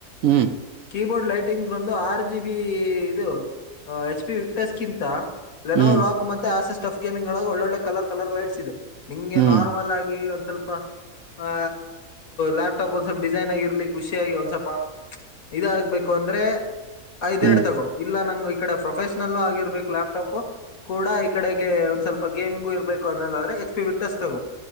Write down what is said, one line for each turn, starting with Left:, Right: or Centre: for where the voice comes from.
Right: ಹ್ಞೂ
Left: ಕೀಬೋರ್ಡ್ ಲೈಟಿಂಗ್ಸ್. ಬಂದು ಆರ್ ಜಿ ಬಿ ಇದು ಎಚ್ ಪಿ ವಿಕ್ಚಸ್ಕಿಂತ ಲೆನೋ
Right: ಹ್ಞೂ
Left: ಲಾಕ್ ಮತ್ತೆ ಆಸಿಸ್ ಟಫ್ ಗೇಮಿ್ ಒಳ ಒಳ್ಳೊಳ್ಳೆ ಕರ್ ಕಲರ್ ಲೈಟ್ಸ್ ಇದೆ. ನಿಂಗೆ
Right: ಹ್ಞೂ
Left: ನಾರ್ಮಲ್ ಆಗಿ ಒಂದ್ ಸ್ವಲ್ಪ್. ಆ ಲ್ಯಾಪ್ಟಾಪ್ ಒಂದ್ ಸ್ವಲ್ಪ ಡಿಸೈನ್ ಆಗಿರ್ಲಿ ಖುಷಿಯಾಗಿ ಒಂದ್ ಸ್ವಲ್ಪ ಇದಾಗಬೇಕು ಅಂದ್ರೆ. ಐದ್
Right: ಹ್ಞೂ
Left: ಎರಡ್ ತಗೋ ಇಲ್ಲ ನಂಗೊಯಿ. ಈ ಕಡೆ ಪ್ರೊಫೆಷನಲ್ ಆಗಿರ್ಬೇಕು ಲ್ಯಾಪ್ಟಾಪ ಕೂಡ ಈ ಕಡೆಗೆ ಒಂದ್ ಸ್ವಲ್ಪ ಗೇಮಿಂಗು ಇರ್ಬೇಕು ಅನ್ನೋದಾದ್ರೆ ಎಚ್ ಪಿ ವಕ್ಟೆಸ್ ತಗೋ.